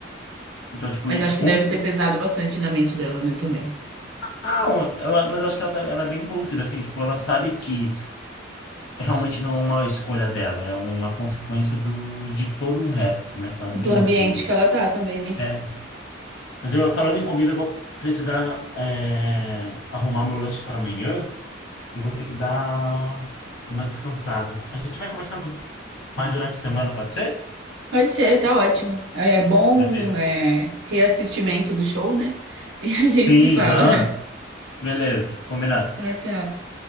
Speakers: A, on the left; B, on the right.
A: Então, tipo,
B: Mas
A: e-
B: acho que
A: um,
B: deve ter pesado bastante na mente dela, né, também.
A: não, ela- mas eu acho que ela, tá- ela é bem lúcida, assim, tipo, ela sabe que realmente não é uma escolha dela, é uma consequência do, de todo o resto, né? Que ela não
B: Do
A: tem muito
B: ambiente
A: como.
B: que ela tá também, né?
A: É. Mas eu, falando em comida, eu vou precisar, é, arrumar meu lanche para amanhã. Eu vou ter que dar uma descansada. A gente vai conversando mais durante a semana, pode ser?
B: Pode ser, tá ótimo. É é bom,
A: Beleza.
B: é, reassistimento do show, né? <laughs> E a gente
A: Sim,
B: se fala.
A: aham,
B: <laughs>
A: beleza, combinado.
B: Tchau, tchau.